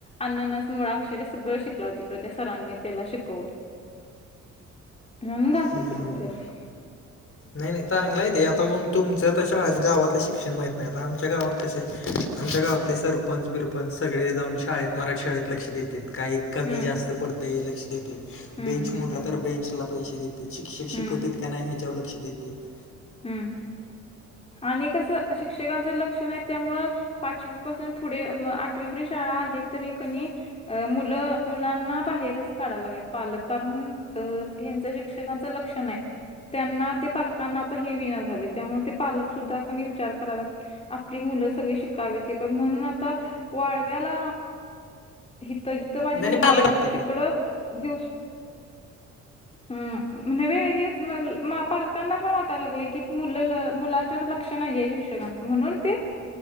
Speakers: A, on the left; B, on the left.
A: अननस मुळाक्षरे सगळं शिकला तिकडें त्या सरांनी त्याला शिकवलं म्हणून घातलं
B: हम्म
A: तिकडं त्याला
B: नाही नाही चांगलाय ते आता तुमचं तशा गावातलं शिक्षण माहीत नाही आता आमच्या गावात कसंय आमच्या गावातले सरपंच बिरपंच सगळे जाऊन शाळेत मराठी शाळेत लक्ष देतेत. काही कमी
A: हम्म
B: जास्त पडतंय लक्ष देते
A: हम्म
B: बेंच
A: हम्म
B: मोडला
A: हम्म
B: तर बेंचला पैसे दे शिक्षक
A: हम्म
B: शिकवतेत का नाही ह्याच्यावर लक्ष देतेत
A: हम्म आणि कसं शिक्षकांच लक्षण नाय त्यामुळं पाचवी पासून पुढे आठवी पर्यंत शाळा आहेत तरी कणी अ मुलं मुलांना बाहेरच काढायला लागलेत पालक कारण अ <inaudible> ह्याचं शिक्षकांचे लक्ष नाय त्यांना ते पालकांना आता हे बी त्यामुळे ते पालक सुद्धा का विचार कराला <unintelligible> आपली मुलं सगळी शिकावीत हे म्हणून आता वाळव्याला हिथं जिथं माझी
B: नाही
A: मुलगीय
B: नाही पालक आहेत
A: तिकडं दिवस हम्म म्हणजे वेगळीच पालकांना पण वाट वाटाय लागलं की मुलं मुलांच्याकड लक्ष नाहीये. शिक्षकांच म्हणून ते